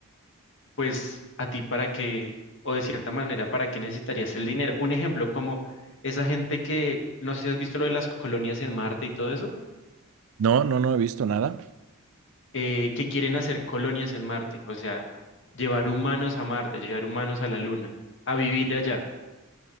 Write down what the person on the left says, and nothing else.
pues a ti para qué, o de cierta manera, ¿para qué necesitarías el dinero? Un ejemplo como esa gente que, no sé si has visto lo de las colonias en Marte y todo eso,
eh, que quieren hacer colonias en Marte, o sea, llevar humanos a Marte, llevar humanos a la Luna, a vivir allá.